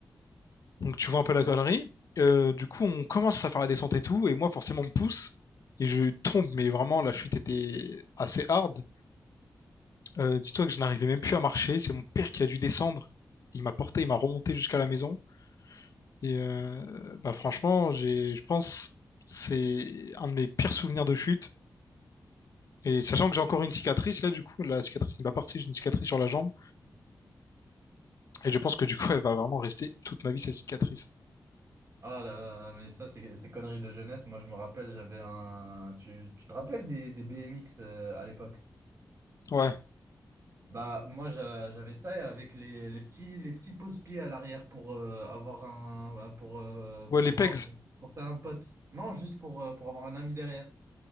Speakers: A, on the left; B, on the right.
A: Donc, tu vois un peu la connerie. Euh, du coup, on commence à faire la descente et tout. Et moi, forcément, on me pousse. Et je tombe, mais vraiment, la chute était assez hard. Euh, dis-toi que je n'arrivais même plus à marcher. C'est mon père qui a dû descendre. Il m'a porté, il m'a remonté jusqu'à la maison. Et euh, bah franchement, j'ai, je pense, c'est un de mes pires souvenirs de chute. Et sachant que j'ai encore une cicatrice, là, du coup, la cicatrice n'est pas partie, j'ai une cicatrice sur la jambe. Et je pense que du coup, elle va vraiment rester toute ma vie, cette cicatrice.
B: Ah là là, mais ça, c'est c'est conneries de jeunesse. Moi, je me rappelle, j'avais un... Tu, tu te rappelles des, des BMX euh, à l'époque?
A: Ouais,
B: Bah, moi, j'a- j'avais ça et avec les, les petits, les petits pouces-pieds à l'arrière pour euh, avoir un, bah, pour euh, pouvoir
A: ouais, les pegs.
B: porter un pote. Non, juste pour, euh, pour avoir un ami derrière.